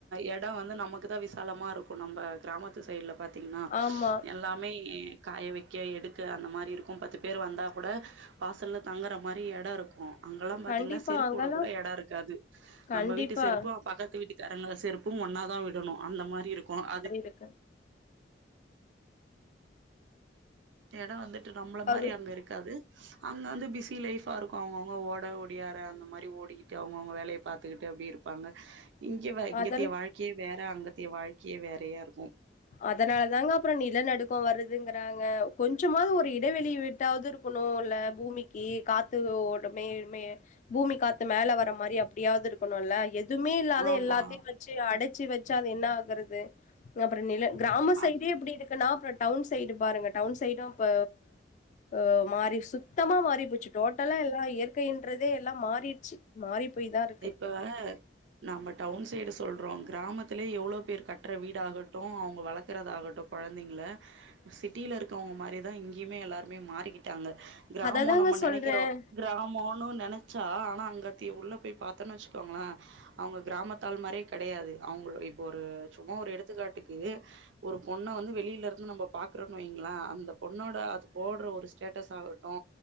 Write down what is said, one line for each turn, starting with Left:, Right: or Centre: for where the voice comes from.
Right: எடம் வந்து நமக்குதா விசாலமா இருக்கு நம்ப கிராமத்து சைடு்ல பாத் தீங்கன்னா
Left: ஆமா
Right: எல்லாமே காய வக்க எடுக்க அந்த மாரி இருக்கும் பத்து பேரு வந்தா கூட வாசல்ல தங்குற மாரி எட இருக்கு அங்கெல்லா பாத்தீங்கன்னா
Left: கண்டிப்பா
Right: செருப்பு
Left: அங்கெல்லா
Right: வுட கூட எடோ இருக்காது
Left: கண்டிப்பா
Right: நம்ம வீட்டு செருப்பு பக்கத்து வீட்டுக்காரங்க செருப் பும் ஒன்னா தா விடணு அந்த மாரி இருக்கு அது
Left: தெக்க
Right: எடோ வந்துட்டு நம்பள மாரி
Left: அது
Right: அங்க இருக்காது அங்க வந்து பிஸி லைஃபா இருக்கு அவங்கவுங்க ஓட ஓடியார அந்த மாரி ஓடிக்கிட்டு அவங்கவுங்க வேலைய பாத்துக்கிட்டு அப்டியே இரு ப்பாங்க இங்கவ இங்கத்ய
Left: அதெல்லா
Right: வாழ்க்கையே வேற அங்கத்யே வாழ்க்கையே வேறையா இருக்கு
Left: அதனால தாங்க அப்பற நிலநடுக்கம் வருதுங்கறாங்க கொஞ்சமாவது ஒரு இடைவெளி விட்டாவது இரு க்குணுல்ல பூமிக்கு காத்து ஓட்டமே மே பூமி காத்து மேல வர மாரி அப்டியாவது இருக்கணுல்ல எத் துமே இல்லாத
Right: ஆமா
Left: எல்லாத்தையு வச்சு அடைச்சு வச்சா அது என்ன ஆகறது அப்ற நில கிராம
Right: அ
Left: சைடே அப்டி இரு க்குனா அப்ற டவுன் சைடு பாருங்க டவுன் சைடும் இப்ப ஆ மாறி சு த்தமா மாறி போச்சு டோட்டலா எல்லா இயற்கைன்றதே எல்லா மாறிருச்சு மாறி போய்தா இரு
Right: இப்ப நம்ம டவுன் சைடு சொல்றோ கிராமத்துலயே எவ்வளோ பேர் கட்ற வீடாகட்டு அவுங்க வளக்குறதாகட்டு கொழந்திங்கள சிட்டியில இருக்கவங்க மாரிதா இங்கயுமே எல்லாருமே மாறிக்கிட்டாங்க கிராமோ
Left: அததாங்க
Right: நம்ம நெனக்கிறோ
Left: சொல்றேன்.
Right: கிராமோன்னு நனைச்சா ஆனா அங்கத்திய உள்ள போய் பாத்தோன்னு வச்சுக்கோங்கள அவுங்க கிராமத்தாள் மாரே கடையாது அவுங்க இப்ப ஒரு சும்மா ஒரு எடுத்துக்காட்டுக்கு ஒரு பொண்ண வந்து வெளிலருந்து நம்ம பாக்குறோனு வைங்கள அந்த பொண்ணோட அது போடுற ஒரு ஸ்டேட்டஸ் ஆகட்டு